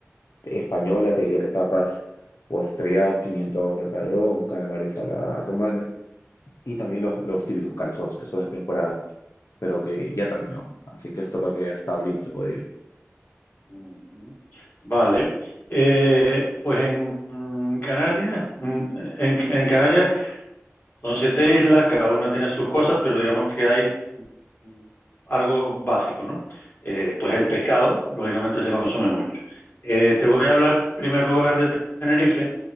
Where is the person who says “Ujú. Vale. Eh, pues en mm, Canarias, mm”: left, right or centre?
Left